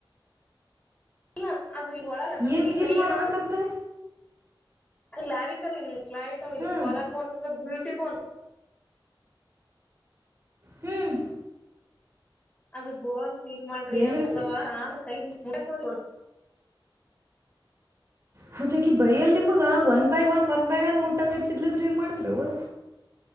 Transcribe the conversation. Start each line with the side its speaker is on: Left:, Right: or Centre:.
Left: ಇಲ್ಲ ಅದು ಈ ಒಳಗನ್ನದು
Right: ಏನ್
Left: ಈ
Right: ಫೀಲ್
Left: ಕೈಲ್ಲಾ
Right: ಮಾಡ್ಬೇಕಂತ
Left: ಅ <inaudible> ಲಾವಿಕ ನಿ್ ಕ್ಲ <unintelligible>
Right: ಹ್ಮ್
Left: ಕಲರ್ ಬೋನ್ ಟಿಪನ್
Right: ಹ್ಮ್
Left: ಅದು ಬೋಲ್ ನೀರ್ ಮಾಡ್ರಿ
Right: ಎಲ್ಲಿರ್ತದ
Left: ಅಂತಲ್ವಾ ಆದ ಕೈ ಎಂದಕ್ಕು <unintelligible>
Right: ಮತಕಿ ಬೈಯಲ್ಲಿ ನಿಮಗ one by one one by one ಮುಟ್ಟ ಕಚ್ಚಿದ್ಲಂದ್ರ ಏನ್ ಮಾಡ್ತರವ್ವ